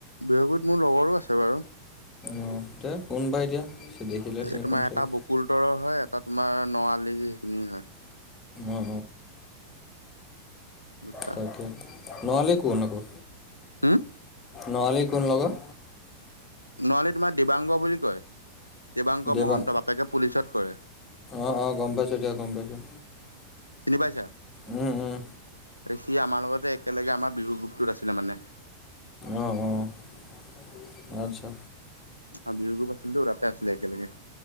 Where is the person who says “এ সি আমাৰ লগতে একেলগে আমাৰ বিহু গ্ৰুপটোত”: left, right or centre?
Left